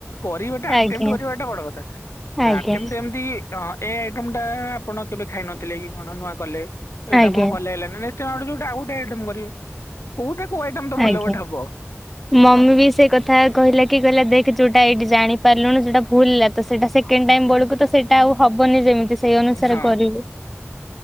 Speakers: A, on the left; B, in the centre.
A: କରିବାଟା ଆଟେମ୍ଟ
B: ଆଜ୍ଞା
A: କରିବାଟା ବଡ କଥା। ନାଁ
B: ଆଜ୍ଞା
A: ଆଟେମ୍ଟ ଏମିତି ହଁ ଏ ଆଇଟମ୍ଟା ଆପଣ କେବେ ଖାଇନଥିଲେ କି କଣ ନୂଆ କଲେ ଏଇଟା
B: ଆଜ୍ଞା
A: ଆପଣଙ୍କୁ ଭଲ ଲାଗିଲାନି ନେ ତ ଆଉ ଗୋଟେ ଯୋଉଟା ଆଉ ଗୋଟେ ଆଇଟମ କରିବେ କୋଉଟା କୋଉ ଆଇଟମ ତ ଭଲ
B: ଆଜ୍ଞା।
A: ଗୋଟେ ହବ
B: ମମି
A: ହଁ।
B: ବି ସେ କଥା କହିଲା କି କହିଲା ଦେଖ ଯୋଉଟା ଏଇଠି ଜାଣି ପାରିଲୁନି ସେଇଟା ଭୁଲ ହେଲା ତ ସେଇଟା ସେକେଣ୍ଡ ଟାଇମ ବେଳକୁ ତ ସେ ଟା ଆଉ ହବନି ଯେମିତି ସେଇ ଅନୁସାରେ
A: ହଁ।
B: କରିବୁ।